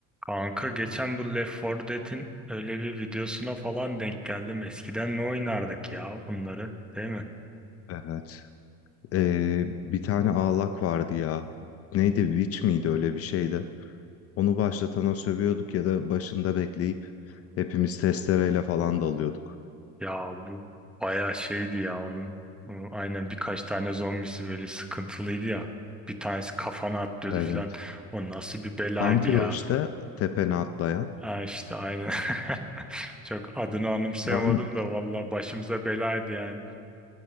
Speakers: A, in the centre; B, on the left (about 45°).
A: Kanka geçen bu Left 4 Dead'in öyle bir videosuna falan denk geldim. Eskiden ne oynardık ya bunları, değil mi?
B: Evet. Ee, bir tane ağlak vardı ya. Neydi? Witch miydi? Öyle bir şeydi. Onu başlatana sövüyorduk ya da başında bekleyip hepimiz testereyle falan dalıyorduk.
A: Ya bu bayağı şeydi ya onun. Ee, Aynen birkaç tane zombisi böyle sıkıntılıydı ya. Bir tanesi kafana atlıyordu
B: Evet.
A: falan. O nasıl bir belaydı
B: Hunter
A: ya.
B: o işte tepene atlayan.
A: Ha işte aynen. <laughs> Çok adını anımsayamadım
B: Ben
A: da valla başımıza belaydı yani.